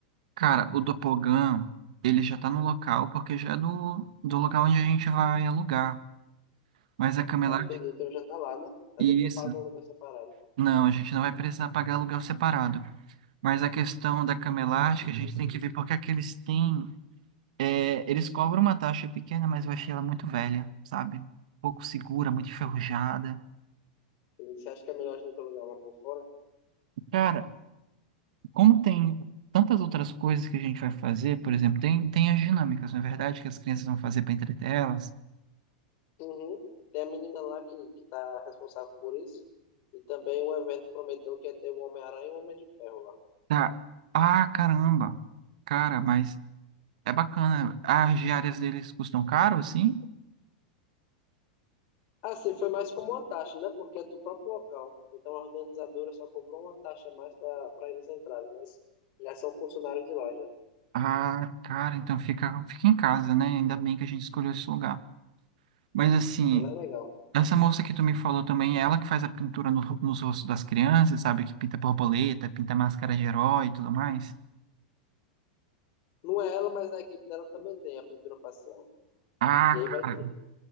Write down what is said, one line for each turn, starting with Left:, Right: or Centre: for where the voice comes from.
Right: Cara, o Doppelganger, ele já tá no local, porque já é do, do local onde a gente vai alugar. Mas a cama
Left: Ah,
Right: elástica,
Left: entendi, então já tá lá, né? A
Right: isso.
Left: gente não paga um lugar separado.
Right: Não, a gente não vai precisar pagar aluguel separado. Mas a questão da cama elástica, a gente tem que ver porque é que eles têm. é, eles cobram uma taxa pequena, mas eu achei ela muito velha, sabe? Pouco segura, muito enferrujada.
Left: Entendi. Você acha que é melhor a gente alugar uma por fora?
Right: Cara, como tem tantas outras coisas que a gente vai fazer, por exemplo, tem, tem as dinâmicas, não é verdade, que as crianças vão fazer para entreter elas.
Left: Uhum. Tem a menina lá que, que tá responsável por isso. E também o evento prometeu que ia ter o Homem-Aranha e o Homem de Ferro lá.
Right: Tá. Ah, caramba. Cara, mas é bacana. As diárias deles custam caro, assim?
Left: Assim, foi mais como uma taxa, né? Porque é do próprio local. Então a organizadora só cobrou uma taxa a mais para eles entrarem, mas já são funcionários de lá já.
Right: Ah, cara, então fica, fica em casa, né? Ainda bem que a gente escolheu esse lugar. Mas assim,
Left: Ela é legal.
Right: essa moça que tu me falou também, é ela que faz a pintura no, nos rostos das crianças, sabe? Que pinta borboleta, pinta máscara de herói e tudo mais.
Left: Não é ela, mas na equipe dela também tem a pintura facial.
Right: Ah,
Left: E aí
Right: ca-
Left: vai ter.